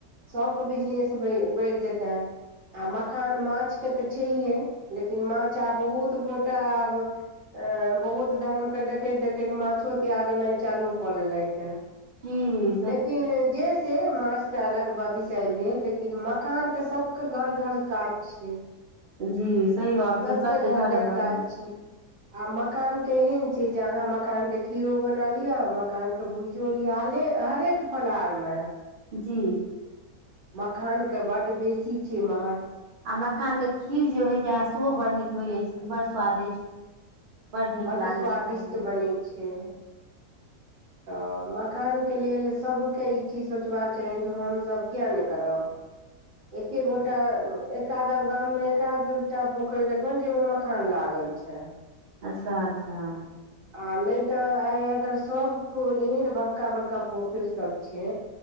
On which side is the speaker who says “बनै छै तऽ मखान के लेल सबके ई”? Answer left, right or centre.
Right